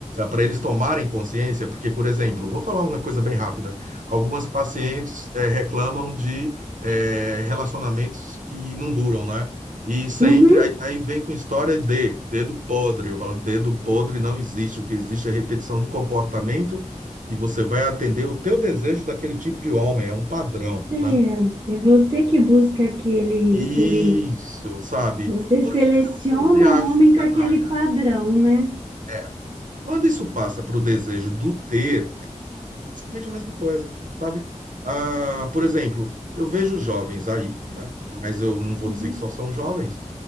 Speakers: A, on the right (about 80°); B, on the right (about 35°).
A: para eles tomarem consciência, porque, por exemplo, vou falar uma coisa bem rápida. Algumas pacientes eh, reclamam de eh, relacionamentos que não duram, né? E sempre
B: Uhum.
A: aí, aí vem com história de dedo podre. Eu falo, dedo podre não existe. O que existe é repetição de comportamento que você vai atender o teu desejo daquele tipo de homem, é um padrão,
B: É,
A: né?
B: é você que busca aquele,
A: Isso,
B: aquele,
A: sabe?
B: você
A: Por
B: seleciona
A: que que eu sempre acho
B: um homem
A: canalhas?
B: com aquele padrão, né?
A: É. Quando isso passa para o desejo do ter, é basicamente é a mesma coisa, sabe? Ah, por exemplo, eu vejo jovens aí, né? Mas eu não vou
B: Uhum.
A: dizer que só são jovens,